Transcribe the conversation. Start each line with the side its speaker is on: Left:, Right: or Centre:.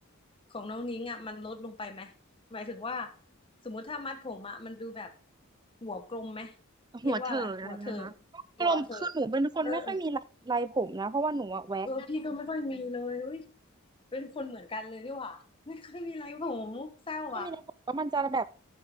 Left: ของน้องนิ้งอ่ะมันลดลงไปไหมหมายถึงว่าสมมุติถ้ามัดผมอ่ะมันดูแบบหัวกลมไหมเรียกว่าอะไรหัวเถิก
Right: หัวเถิกอะไรนงคะกลมคือหนูเป็นคนไม่ค่อยมีลายลายผมนะเพราะว่าหนูอะแว็ก
Left: หัวเถิกเออเออเออพี่ก็ไม่ค่อยมีเลยอุ้ยเป็นคนเหมือนกันเลยดีกว่าไม่ค่อยมีไรผมเศร้าว่ะ
Right: ถ้ามีลายผมก็มันจะแบบ